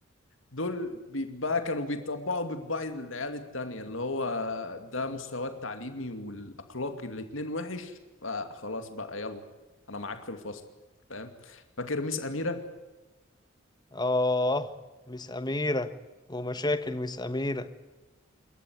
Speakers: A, on the left (about 75°); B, on the left (about 20°).
A: دول بي- بقى كانوا بيطبعوا بطباع العيال التانية اللي هو ده مستواه التعليمي والأخلاقي الاتنين وحش فخلاص بقى يلا أنا معاك في الفصل فاهم فاكر ميس أميرة
B: اه مس أميرة ومشاكل مس أميرة